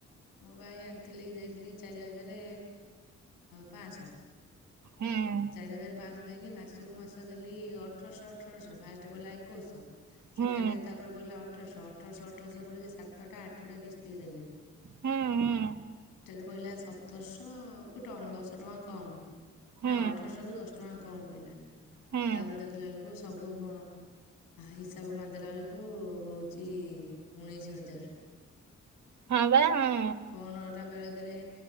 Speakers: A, on the left; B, on the right.
A: ମୁଁ ହେଇ ଆଣିଥିଲି ଦେଇଥିଲି ଚାରି ହଜାରେ ପାଆଶ।
B: ହୁଁ।
A: ଚାରି ହଜାରେ ପାଆଶ ଦେଇକି ମାସକୁ ମାସ ଦେଲି ଅଠରଶ ଅଠରଶ ଫାଷ୍ଟ ପଡ଼ିଲା ଏକୋଇଶ।
B: ହୁଁ
A: ସେକେଣ୍ଡରେ ତାପରେ ପଡିଲା ଅଠରଶ ଅଠରଶ ଅଠରଶ ପଡିକି ସାତଟା ଆଠଟା କିସ୍ତି ଦେଲି।
B: ହୁଁ ହୁଁ
A: ପଇଲା ସତରଶ କୁ ଟଙ୍କ ଦଶ ଟଙ୍କା କମ୍।
B: ହୁଁ
A: ନା ଅଠରଶ କୁ ଦଶ ଟଙ୍କା କମ୍ ପଇଲା
B: ହୁଁ
A: ତାପରେ ଦେଖିଲା ଅଳକୁସ ସବୁ ବ ହିସାବ ମରିଦେଲା ବେଳକୁ ହଉଚି ଉଣେଇଶି ହଜାର।
B: ହଁ ବା ହଁ।
A: କନ ଟା ବେଳେକେରେ